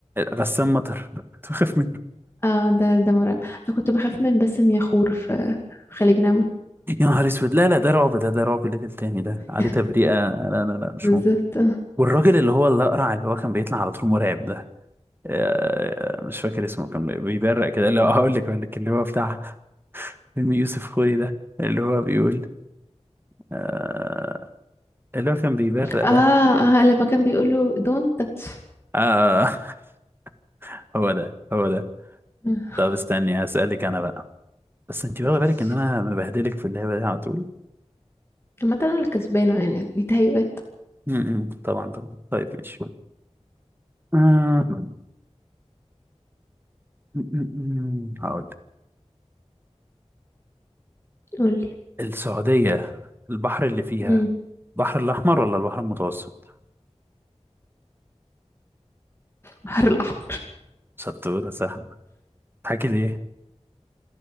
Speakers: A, on the right; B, on the left.
A: غسان مطر <laughs> كنت بخاف
B: اه ده ده مرعب انا كنت بخاف من باسم يخور في في خليج نعمة
A: يا نهار اسود لا لا ده رعب ده ده رعب ليفل تاني ده
B: <laughs>
A: عليه تبريئة لا لا لا مش
B: بالذات
A: ممكن والراجل اللي هو الأقرع اللي هو كان بيطلع على طول مرعب ده آه، مش فاكر اسمه كان بيبرق كده اللي هو <laughs> هقول لك بقول لك اللي هو بتاع فيلم يوسف خوري ده اللي هو بيقول آه، اللي هو كان بيبرق ده
B: اه اه لما كان بيقوله don't touch
A: آه <laughs> هو ده هو ده
B: آه،
A: طب استني هسألك أنا بقى بس أنت واخدة
B: ماشي
A: بالك إن أنا مبهدلك في اللعبة دي على طول
B: عامة انا اللي كسبانة يعني دي تهيؤات
A: م- م، طبعا طبعا طيب ماشي آه، م- م- م، هقول
B: قولي
A: السعودية البحر اللي فيها
B: امم
A: البحر الأحمر ولا البحر المتوسط؟
B: بحر الأحمر
A: شطورة سهلة حكي ليه؟